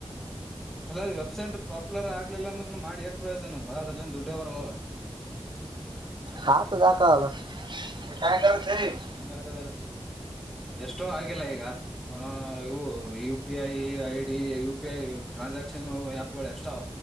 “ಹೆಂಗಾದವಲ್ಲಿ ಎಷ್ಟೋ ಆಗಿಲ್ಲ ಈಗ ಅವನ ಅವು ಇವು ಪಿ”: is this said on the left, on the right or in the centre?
Centre